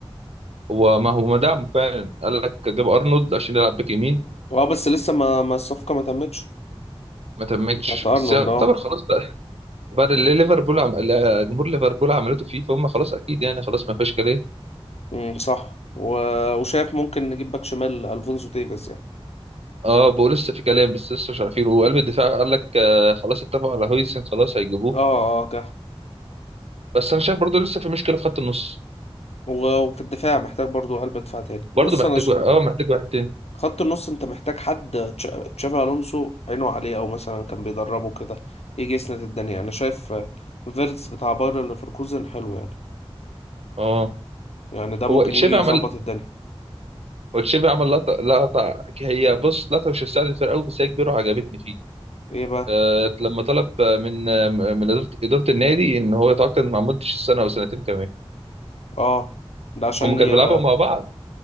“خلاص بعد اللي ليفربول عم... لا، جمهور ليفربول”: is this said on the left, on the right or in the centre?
Right